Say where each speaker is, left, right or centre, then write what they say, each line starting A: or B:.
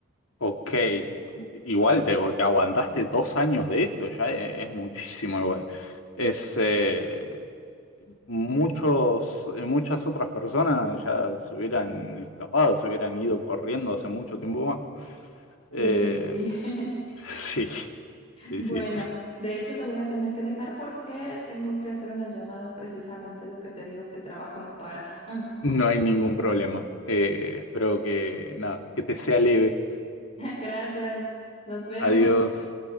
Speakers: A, on the left (about 75°); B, on the left (about 30°).
A: Ok, igual te, te aguantaste dos años de esto, ya e- es, muchísimo igual. Es, eh, muchos, eh, muchas otras personas ya se hubieran escapado, se hubieran ido corriendo hace mucho tiempo más. Eh,
B: Sí. <laughs>
A: <laughs> sí, sí,
B: Bueno,
A: sí,
B: de hecho te voy a tener que dejar porque tengo que hacer unas llamadas precisamente, es lo que te digo, que el trabajo no para. <laughs>
A: no hay ningún problema. Eh, espero que, nada, que te sea leve.
B: Gracias, nos vemos.
A: Adiós.